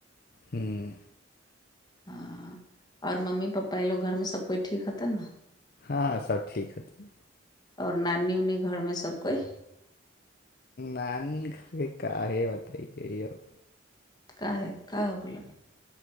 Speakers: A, on the left; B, on the left.
A: ह्म।
B: हँ, और मम्मी पप्पा ई लोग घरमे सब कोइ ठीक हतन न
A: हँ, सब ठीक हथिन।
B: और नानी-उनी घरमे सब कोइ?
A: नानी घरके काहे बतइयै ई अर
B: काहे? का हो गेलऽ?